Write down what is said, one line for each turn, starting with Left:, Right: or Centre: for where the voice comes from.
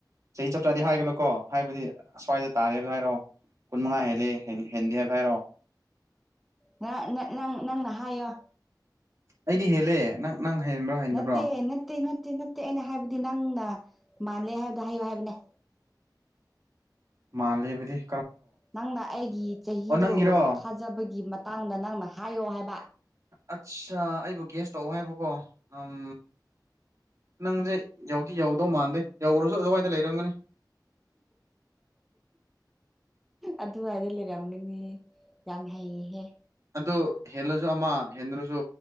Right: ꯆꯍꯤ ꯆꯞ ꯆꯥꯗꯤ ꯍꯥꯏꯒꯅꯨ ꯀꯣ ꯍꯥꯏꯕꯗꯤ ꯑꯁ꯭ꯋꯥꯏꯗ ꯇꯥꯔꯦ ꯍꯥꯏꯕ ꯍꯥꯏꯔꯣ ꯀꯨꯟ ꯃꯉꯥ ꯍꯦꯂ ꯍꯦꯟꯗꯦ ꯍꯥꯏꯕ ꯍꯥꯏꯔꯣ <inaudible> <inaudible>
Centre: ꯅ ꯅꯪꯅ ꯍꯥꯏꯌꯣ
Right: ꯑꯩꯗꯤ ꯍꯦꯂꯦ ꯅꯪ ꯅꯪ ꯍꯦꯟꯕ꯭ꯔꯥ ꯍꯦꯟꯗꯕ꯭ꯔꯣ
Centre: ꯅꯠꯇꯦ ꯅꯠꯇꯦ ꯅꯠꯇꯦ ꯅꯠꯇꯦ ꯅꯠꯇꯦ ꯑꯩꯅ ꯍꯥꯏꯕꯗꯤ ꯅꯪꯅ ꯃꯥꯜꯂꯦ ꯍꯥꯏꯕꯗꯣ ꯍꯥꯏꯌꯣ ꯍꯥꯏꯕꯅꯦ
Right: ꯃꯥꯜꯂꯤꯕꯗꯤ
Centre: ꯅꯪꯅ ꯑꯩꯒꯤ ꯆꯍꯤꯗꯣ
Right: ꯅꯪꯒꯤꯔꯣ
Centre: ꯊꯥꯖꯕꯒꯤ ꯃꯇꯥꯡꯗ ꯅꯪꯅ ꯍꯥꯏꯌꯣ ꯍꯥꯏꯕ
Right: ꯑꯠꯆꯥ ꯑꯩꯕꯨ ꯒ꯭ꯌꯥꯁ ꯇꯧꯑꯣ ꯍꯥꯏꯕꯀꯣ ꯎꯝ ꯅꯪꯁꯦ ꯌꯧꯗꯤ ꯌꯧꯗꯧ ꯃꯥꯟꯗꯦ ꯌꯧꯔꯁꯨ ꯑꯗꯨꯋꯥꯏꯗ ꯂꯩꯔꯝꯒꯅꯤ <inaudible> <inaudible>
Centre: ꯑꯗꯨꯋꯥꯏꯗ ꯂꯩꯔꯝꯒꯅꯤ ꯌꯥꯝ ꯍꯩꯌꯦꯍꯦ
Right: ꯑꯗꯨ ꯍꯦꯜꯂꯁꯨ ꯑꯃ ꯍꯦꯟꯗ꯭ꯔꯁꯨ